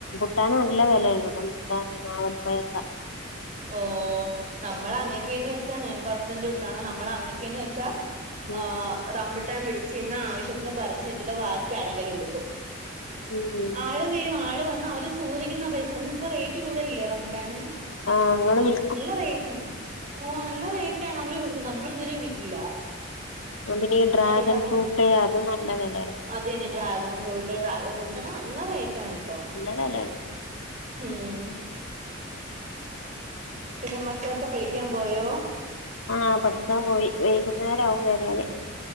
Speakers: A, on the left; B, on the right.
A: മുട്ടാൻ നല്ല വിലയാണ് റംമ്പുട്ടാന് അവൽപ്പായൊക്കെ
B: ഓ നമ്മള് അങ്ങക്കെയന്ന് വെച്ചാ ഞാൻപ്പോ ഹസ്ബന്റെ വീട്ടിലാണ് നമ്മൾ അങ്ങക്കന്ന് വെച്ചാൽ
A: ഉം
B: ആഹ് റംമ്പിട്ടാൻ പിടിച്ച് നിന്നാ ആവശ്യത്തിന് പറിച്ച് ഇട്ടിട്ട് വാക്കി അടങ്കല ഉടുക്കും
A: ഉം
B: ആള് വരും ആള് വന്ന് അവര് ചോദിക്കുന്ന പൈസാന്ന് ഇപ്പൊ റേറ്റ് കൂടുതലല്ലേ റംമ്പുട്ടാന്
A: ആഹ് അങ്ങള് വി
B: നല്ല റേറ്റാണ് ഓ നല്ല റേറ്റ് ആണ് അവര് കൊടുക്കുന്നത് നമ്മളിതുവരെ വിറ്റില്ല
A: ആഹ് പിന്നെ ഈ ഡ്രാഗൺ
B: ഞാൻ ഇവിടെന്ന്
A: ഫ്രൂട്ട് അതും നല്ല വെലയാണ്
B: അതന്നെ ഡ്രാഗൻ ഫ്രൂട്ട് ഡ്രാഗൻ ഫ്രൂട്ടിന് നല്ല റേറ്റാണിപ്പം
A: നല്ല വെലയാണ്
B: ഉം <inaudible> പിന്നെ മക്കളൊക്കെ പഠിക്കാൻ പോയോ
A: ആ പഠിക്കാൻ പോയി വൈകുന്നേരാവും വരാന്